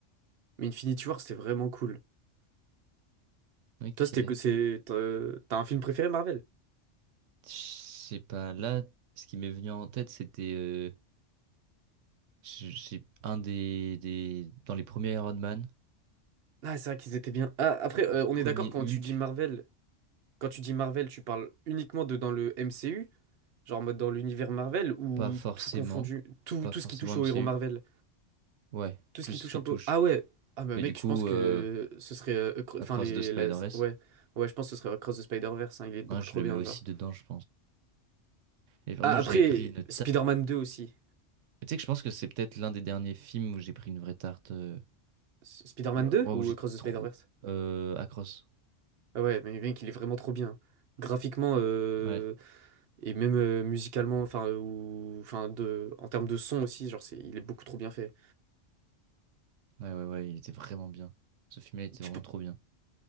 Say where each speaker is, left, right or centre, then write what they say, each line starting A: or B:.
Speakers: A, on the right; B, on the right.
A: Mais Infinity War, c'était vraiment cool.
B: Ok.
A: Toi, c'était
B: Je
A: que c'est. T'as t'as un film préféré, Marvel?
B: sais pas. Là, ce qui m'est venu en tête, c'était. Je- C'est un des, des... Dans les premiers Iron Man,
A: Ah, c'est vrai qu'ils étaient bien. Ah, après, euh, on
B: premier
A: est d'accord quand
B: Hulk,
A: tu dis Marvel. Quand tu dis Marvel, tu parles uniquement de dans le MCU, genre en mode dans l'univers Marvel, ou
B: pas forcément.
A: tout confondu, tout,
B: Pas
A: tout
B: forcément
A: ce qui touche
B: MCU.
A: au héros Marvel?
B: Ouais,
A: Tout
B: plus
A: ce qui
B: ce
A: touche
B: qui
A: un
B: touche.
A: peu. Ah ouais. Ah bah
B: Du
A: mec,
B: coup,
A: je pense que
B: euh,
A: ce serait. euh, Acro-
B: Across
A: Enfin, les.
B: the Spider-Verse,
A: la- Ouais. Ouais, je pense que ce serait Across the Spider-Verse. hein, Il est beaucoup
B: hein, je
A: trop
B: le
A: bien,
B: mets aussi
A: genre.
B: dedans. je- Et vraiment,
A: Ah,
B: j'avais
A: après,
B: pris une...
A: Spider-Man 2 aussi.
B: Tu sais que je pense que c'est peut-être l'un des derniers films où j'ai pris une vraie tarte... Euh...
A: S- Spider-Man
B: ouais,
A: 2 ou
B: où j'ai...
A: Across the Spider-Verse?
B: Euh, Across.
A: Ah ouais, mais mec, il est vraiment trop bien. Graphiquement euh,
B: Ouais.
A: et même euh, musicalement, enfin, euh, ou, enfin de, en termes de son aussi, genre, c'est, il est beaucoup trop bien fait.
B: Ouais, ouais, ouais, il était vraiment bien. Ce film-là il était
A: Tu
B: vraiment
A: peux-
B: trop bien.